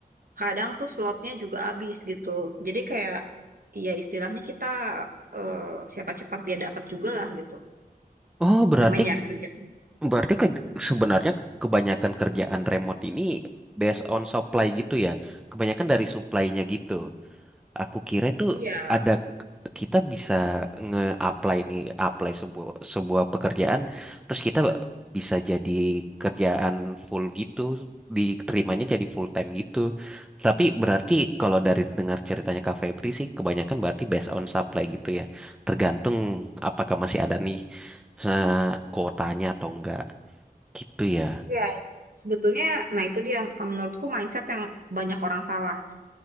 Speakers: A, on the right; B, in the centre.
A: kadang tuh slotnya juga habis gitu. Jadi kayak ya istilahnya kita eh, siapa cepat dia dapat juga lah gitu.
B: Oh, berarti
A: Namanya kerja.
B: berarti ke- sebenarnya kebanyakan kerjaan remote ini based on supply gitu ya. Kebanyakan dari supply-nya gitu. Aku kira itu
A: Iya.
B: ada kita bisa nge-apply nih, apply sebuah sebuah pekerjaan, terus kita bisa jadi kerjaan full gitu, diterimanya jadi full time gitu. Tapi berarti kalau dari dengar ceritanya Kak Febri sih, kebanyakan berarti based on supply gitu ya. Tergantung apakah masih ada nih eh, kuotanya atau enggak gitu ya.
A: Iya. Sebetulnya, nah itu dia menurutku mindset yang banyak orang salah.